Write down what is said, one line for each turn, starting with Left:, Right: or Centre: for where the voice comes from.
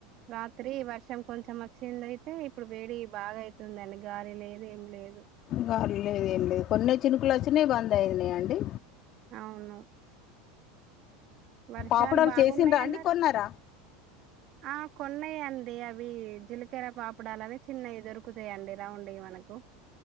Right: రాత్రి వర్ష కొషం కొంచెం వచ్చిందయితే ఇప్పుడు వేడి బాగా అయితుందిండి గాలి లేద ఏం లేదు
Left: గ లేదు ఏం లేదు కొన్ని చినుకులు వచ్చినయి బంద్ అయినాయి అండి
Right: అవును వర్షాలు
Left: పాపుడోలు
Right: బాగున్నాయి
Left: చేసండ్రా
Right: అన్నారు
Left: అండి కొన్నారా
Right: ఆ కొన్నాయంండి అవి జీలకర పాపడాలని చిన్నవి దొరుకుతాయంండి రౌండ్ ఇమన నాకు